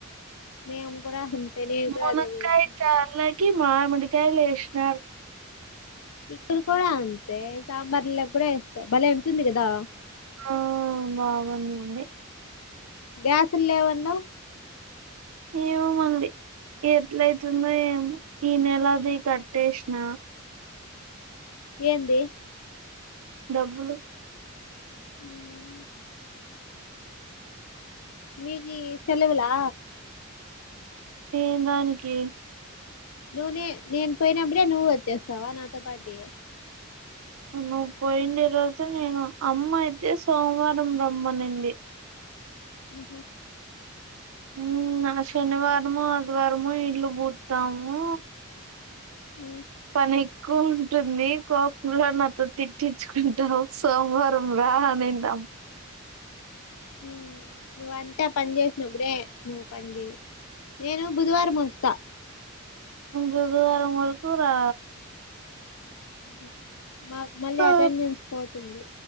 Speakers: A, on the left; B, on the right.
A: మేము కూడా నేను కూడా
B: మన
A: అదే చేసిన
B: కాయ చ అల ఎ మామిడికాయషణ
A: ఇక్కడ కూడా అంతే సాంబార్లా కూడా వేస్తా భలే ఉంటుంది కదా
B: ఆ బాగున్నాండి
A: గ్యాసు లేవన్నావు
B: ఏమో మళ్ళీ ఎట్లైతుందో ఏంో ఈ నెలది కట్టేసిన
A: ఏంది
B: డబ్బులు
A: ఉమ్ మీది సెలవులా
B: ఏదానికి
A: నువ్ నే నేను పోయినప్పుడే నువ్వు వచ్చేస్తావా నాతో పాటి
B: నువ్వు పోయిండే రోజు నేను అమ్మ అయితే సోమవారం రమ్మనింది
A: ఉహూ
B: ఉమ్ ఆ శనివారము ఆదివారము ఇల్లు పూతాము
A: మ్మ్.
B: పని ఎక్కువ ఉంటుంది కోపం లో నాతో తిట్టించుకుంటాము సోమవారం రా అనింది అమ్మ
A: ఉమ్ నువ్వంతా పని చేసినప్పుడే నువ్వు పని చేయవు నేను బుధవారం వస్తా
B: బుధవారం వరకు రా
A: ఉహూ మాకు మళ్ళీ
B: ఆ,
A: అటెండెన్స్ పోతుంది